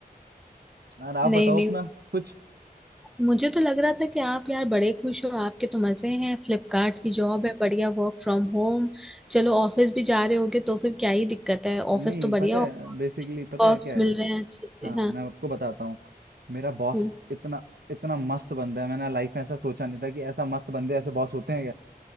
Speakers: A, on the right (about 85°); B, in the centre.
A: और आप
B: <laughs>
A: बताओ
B: नहीं नहीं
A: अपना कुछ
B: मुझे तो लग रहा था कि आप यार बड़े खुश हो आपके तो मजे हैं फ्लिपकार्ट की जॉब है बढ़िया वर्क फ्रॉम होम चलो ऑफिस भी जा रहे होगे तो फिर क्या ही दिक्कत है
A: नहीं
B: ऑफिस तो
A: पता
B: बढ़िया
A: है बेसिकली पता
B: वर्क्स
A: है क्या
B: मिल
A: है
B: रहे हैं अच्छे से
A: हाँ
B: हाँ
A: मैं आपको बताता हूँ मेरा बॉस
B: हम्म
A: इतना इतना मस्त बंदा है मैंने लाइफ में ऐसा सोचा नहीं था कि ऐसा मस्त बंदे ऐसे बॉस होते हैं